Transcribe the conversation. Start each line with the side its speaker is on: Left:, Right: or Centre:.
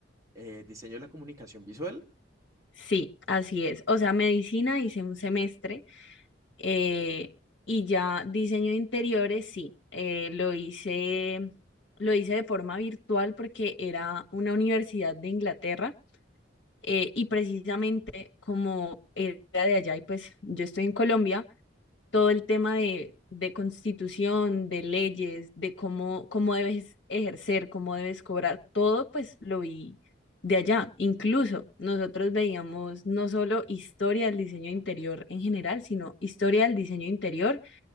Right: eh, diseño de la comunicación visual.
Left: Sí, así es. O sea, medicina hice un semestre eh, y ya diseño de interiores, sí, eh, lo hice, lo hice de forma virtual porque era una universidad de Inglaterra eh, y precisamente como era de allá y pues yo estoy en Colombia, todo el tema de, de constitución, de leyes, de cómo, cómo debes ejercer, cómo debes cobrar, todo pues lo vi de allá. Incluso nosotros veíamos no solo historia del diseño interior en general, sino historia del diseño interior